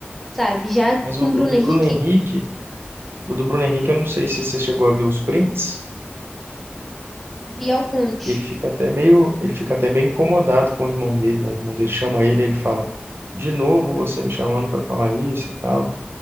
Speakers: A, in the centre; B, on the right.
A: sabe? Já
B: Mas
A: com
B: o,
A: o
B: o
A: Bruno
B: do
A: Henrique,
B: Bruno Henrique, o do Bruno Henrique, eu não sei se você chegou a ver os prints,
A: vi alguns.
B: ele fica até meio, ele fica até meio incomodado com o irmão dele, né? O irmão dele chama ele, ele fala, de novo você me chamando para falar isso e tal.